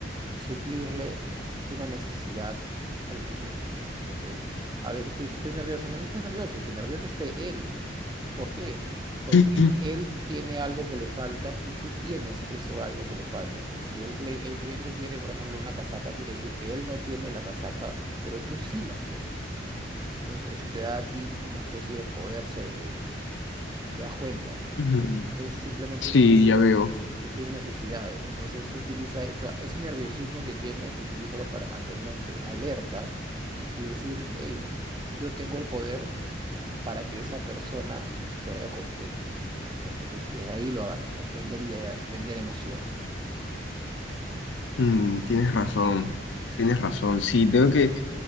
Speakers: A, on the right (about 25°); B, on the left (about 85°).
A: suplirle una necesidad al cliente. Entonces, a veces tú dices, estoy nervioso. No, no estés nervioso, que nervioso esté él. ¿Por qué? Porque
B: Ujú.
A: él tiene algo que le falta y tú tienes eso algo que le falta, ¿no? Si el, cli- el cliente quiere, por ejemplo, una casaca, quiere decir que él no tiene la casaca, pero tú sí la tienes. Entonces, eso te da a ti una especie de poder sobre él. ¿Te das cuenta?
B: Ujú.
A: es simplemente
B: Sí,
A: suplir,
B: ya veo.
A: suplir necesidades. Entonces tú utiliza eso ese nerviosismo que tienes, utilízalo para mantenerte alerta y decir, hey, yo tengo el poder para que esa persona se vaya contenta, ¿no? Entonces desde ahí lo agarras, o sea, vender ideas, vender emociones.
B: Mm, tienes razón, tienes razón. Sí, tengo que,